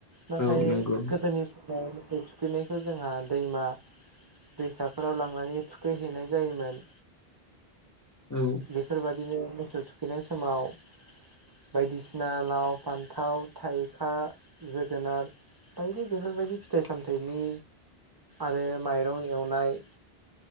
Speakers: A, on the right; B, on the left.
A: नाथाय
B: औ नंगौ
A: गोदोनि समाव मोसौ थुखैनायखौ जोंहा दैमा दैसाफोराव लांनानै थुखैहैनाय जायोमोन।
B: औ
A: बेफोरबायदिनो मोसौ थुखैनाय समाव बायदिसिना लाव फान्थाव थाइखा जोगोनार बायदि बेफोरबायदि फिथाइ सामथायाइनि आरो माइरं एवनाय